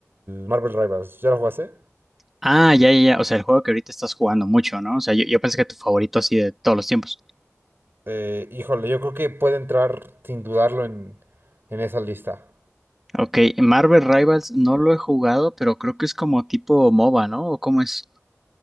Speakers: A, on the right; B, in the centre.
A: Marvel Rivals, ¿ya lo jugaste?
B: Ah, ya, ya, ya. O sea, el juego que ahorita estás jugando mucho, ¿no? O sea, yo, yo pensé que tu favorito así de todos los tiempos.
A: Eh, híjole, yo creo que puede entrar sin dudarlo en, en esa lista.
B: Ok, Marvel Rivals no lo he jugado, pero creo que es como tipo MOBA, ¿no? ¿O cómo es?